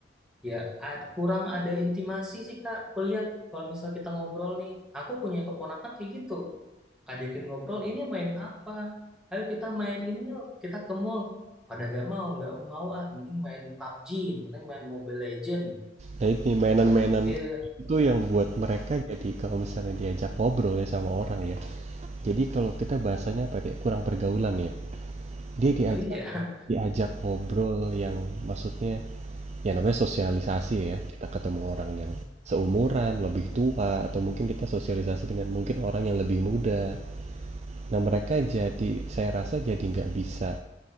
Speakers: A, in the centre; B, on the right.
A: ya ad- kurang ada intimasi sih kak aku lihat kalau misal kita ngobrol nih aku punya keponakan kayak gitu ajakin ngobrol ini main apa ayo kita main ini yuk kita ke mall pada gak mau nggak mau ah mending main PUBG mending main Mobile Legend
B: nah ini mainan-mainan
A: Iya,
B: itu yang buat mereka jadi kalau misalnya diajak ngobrol ya sama orang ya jadi kalau kita bahasanya pakai kurang pergaulan ya dia diajak
A: oh iya.
B: diajak ngobrol yang maksudnya ya namanya sosialisasi ya kita ketemu orang yang
A: Hmm,
B: seumuran lebih tua atau mungkin kita sosialisasi dengan mungkin orang yang lebih muda nah mereka jadi saya rasa jadi nggak bisa